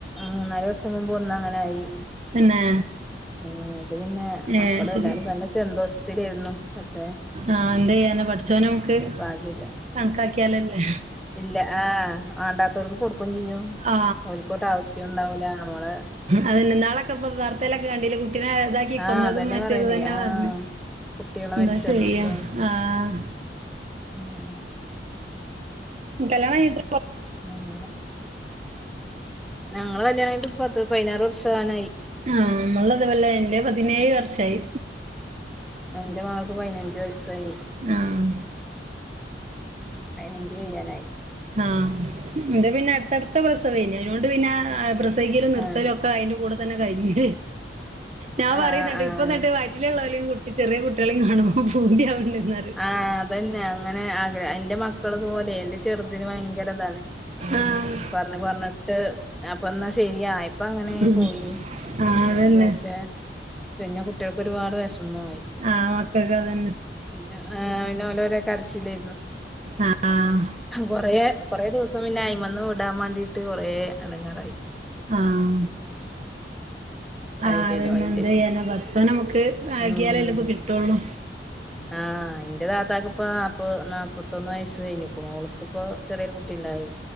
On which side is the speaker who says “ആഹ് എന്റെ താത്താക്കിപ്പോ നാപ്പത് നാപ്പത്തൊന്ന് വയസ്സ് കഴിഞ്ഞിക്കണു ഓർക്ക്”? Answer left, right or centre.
Centre